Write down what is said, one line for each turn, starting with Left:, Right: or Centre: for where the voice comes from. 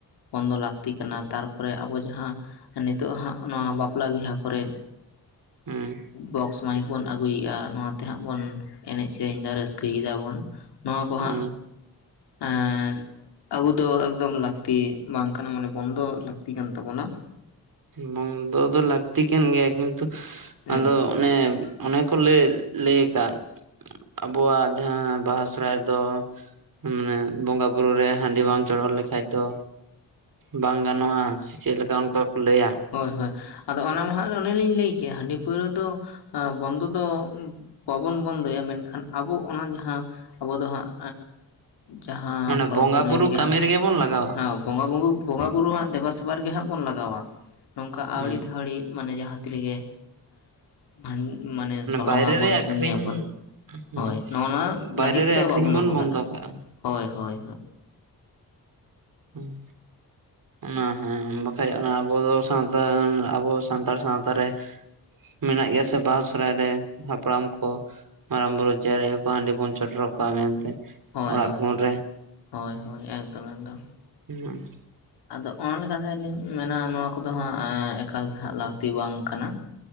Left: ᱵᱚᱱᱫᱚ ᱞᱟᱠᱛᱤ ᱠᱟᱱᱟ ᱛᱟᱨᱯᱚᱨᱮ ᱟᱵᱚ ᱡᱟᱦᱟᱸ ᱱᱤᱛᱚᱜ ᱦᱟᱸᱜ ᱱᱚᱣᱟ ᱵᱟᱯᱞᱟ ᱵᱤᱦᱟ ᱠᱚᱨᱮ
Right: ᱦᱩᱸ
Left: ᱵᱚᱠᱥ ᱢᱟᱭᱤᱠ ᱵᱚᱱ ᱟᱹᱜᱩᱭᱮᱜᱼᱟ ᱱᱚᱣᱟᱛᱮᱦᱟᱸᱜ ᱵᱚᱱ ᱮᱱᱮᱡ ᱥᱮᱨᱮᱧ ᱫᱟ ᱨᱟᱹᱥᱠᱟᱹᱭ ᱫᱟᱵᱚᱱ ᱱᱚᱣᱟ ᱠᱚ
Right: ᱦᱩᱸ
Left: ᱦᱟᱸᱜ ᱟᱨ ᱟᱜᱩ ᱫᱚ ᱮᱠᱫᱚᱢ ᱞᱟᱠᱛᱤ ᱵᱟᱝ ᱠᱟᱱᱟ ᱢᱟᱱᱮ ᱵᱚᱱᱫᱚ ᱞᱟᱹᱠᱛᱤ ᱠᱟᱱ ᱛᱟᱵᱚᱱᱟ
Right: ᱵᱟᱱᱫᱚ ᱫᱚ ᱞᱟᱹᱠᱛᱤ ᱠᱟᱱ ᱜᱮᱭᱟ ᱠᱤᱱᱛᱩ ᱟᱫᱚ
Left: ᱮᱠᱫᱚᱢ
Right: ᱚᱱᱮ ᱚᱱᱮ ᱠᱚ ᱞᱟᱹᱭ ᱞᱟᱹᱭ ᱟᱠᱟᱫ ᱟᱵᱚᱣᱟᱜ ᱡᱟᱦᱟᱸ ᱵᱟᱦᱟ ᱥᱚᱦᱨᱟᱭ ᱫᱚ ᱢᱟᱱᱮ ᱵᱚᱸᱜᱟ ᱵᱩᱨᱩ ᱨᱮ ᱦᱟᱺᱰᱤ ᱵᱟᱝ ᱪᱚᱰᱚᱨ ᱞᱮᱠᱷᱟᱡ ᱫᱚ ᱵᱟᱝ ᱜᱟᱱᱚᱜᱼᱟ ᱥᱮ ᱪᱮᱫᱞᱮᱠᱟ ᱚᱱᱠᱟ ᱠᱚ ᱞᱟᱹᱭᱟ
Left: ᱦᱳᱭ ᱦᱳᱭ ᱟᱫᱚ ᱚᱱᱟ ᱢᱟᱦᱟ ᱨᱮ ᱚᱱᱮᱞᱤᱧ ᱞᱟᱹᱭ ᱠᱮᱜᱼᱟ ᱦᱟᱺᱰᱤ ᱯᱟᱹᱣᱨᱟᱹ ᱫᱚ ᱵᱚᱱᱫᱚ ᱫᱚ ᱵᱟᱵᱚᱱ ᱵᱚᱱᱫᱚᱭᱟ ᱢᱮᱱᱠᱷᱟᱱ ᱟᱵᱚ ᱚᱱᱟ ᱡᱟᱦᱟᱸ ᱟᱵᱚ ᱫᱚ ᱦᱟᱸᱜ ᱡᱟᱦᱟᱸ
Right: ᱢᱟᱱᱮ
Left: ᱯᱚᱨᱚᱵᱽ
Right: ᱵᱚᱸᱜᱟ
Left: ᱯᱩᱱᱟᱹᱭ
Right: ᱵᱩᱨᱩ
Left: ᱨᱮᱜᱮ
Right: ᱠᱟᱹᱢᱤ
Left: ᱦᱟᱸᱜ
Right: ᱵᱚᱱ ᱞᱟᱜᱟᱣᱟ
Left: ᱦᱮ ᱵᱚᱸᱜᱟ ᱵᱩ ᱵᱚᱸᱜᱟ ᱵᱩᱨᱩ ᱦᱟᱸ ᱫᱮᱵᱟᱼᱥᱮᱵᱟ ᱨᱜᱮ ᱦᱟᱸᱜ ᱵᱚᱱ ᱞᱟᱜᱟᱣᱟ ᱱᱚᱝᱠᱟ
Right: ᱦᱮᱸ
Left: ᱟᱹᱣᱲᱤ ᱛᱷᱟᱣᱲᱤ ᱢᱟᱱᱮ ᱡᱟᱦᱟᱸ ᱛᱤ ᱨᱮᱜᱮ ᱟᱱ ᱢᱟᱱᱮ ᱥᱚᱞᱚᱝ
Right: ᱵᱟᱭᱨᱮ
Left: ᱟᱵᱚᱱ
Right: ᱨᱮ
Left: ᱥᱮ
Right: ᱟᱠᱷᱨᱤᱧ
Left: ᱧᱩᱭᱟᱵᱚᱱ
Right: ᱦᱮᱸ
Left: ᱦᱳᱭ ᱱᱚᱜᱼᱱᱚᱣᱟ
Right: ᱵᱟᱭᱨᱮ
Left: ᱞᱟᱹᱜᱤᱫ
Right: ᱨᱮ
Left: ᱛᱮ
Right: ᱟᱠᱷᱨᱤᱧ
Left: ᱵᱟᱵᱚᱱ
Right: ᱵᱚᱱ
Left: ᱵᱮᱵᱚᱦᱟᱨᱟ
Right: ᱵᱚᱱᱫᱚ ᱠᱟᱜᱼᱟ
Left: ᱦᱳᱭ ᱦᱳᱭ
Right: ᱦᱩᱸ ᱚᱱᱟ ᱦᱮᱸ ᱵᱟᱠᱷᱟᱡ ᱟᱵᱚ ᱫᱚ ᱥᱟᱶᱛᱟ ᱟᱵᱚ ᱥᱟᱱᱛᱟᱲ ᱥᱟᱶᱛᱟ ᱨᱮ ᱢᱮᱱᱟᱜ ᱜᱮᱭᱟ ᱥᱮ ᱵᱟᱦᱟ ᱥᱚᱦᱨᱟᱭ ᱨᱮ ᱦᱟᱯᱲᱟᱢ ᱠᱚ ᱢᱟᱨᱟᱜ ᱵᱩᱨᱩ ᱡᱟᱦᱮᱲ ᱟᱭᱳ ᱠᱚ ᱦᱟᱺᱰᱤ ᱵᱚᱱ ᱪᱚᱰᱚᱲ ᱟᱠᱚᱣᱟ ᱢᱮᱱᱛᱮ
Left: ᱦᱳᱭ
Right: ᱚᱲᱟᱜ
Left: ᱦᱳᱭ
Right: ᱠᱩᱱ ᱨᱮ
Left: ᱦᱳᱭ ᱦᱳᱭ ᱮᱠᱫᱚᱢ ᱮᱠᱫᱚᱢ
Right: ᱦᱩᱸ
Left: ᱟᱫᱚ ᱚᱱᱟ ᱞᱮᱠᱟᱛᱮᱞᱤᱧ ᱢᱮᱱᱟ ᱱᱚᱣᱟ ᱠᱚᱫᱚ ᱦᱟᱸᱜ ᱮᱠᱟᱞ ᱦᱟᱸᱜ ᱞᱟᱹᱠᱛᱤ ᱵᱟᱝ ᱠᱟᱱᱟ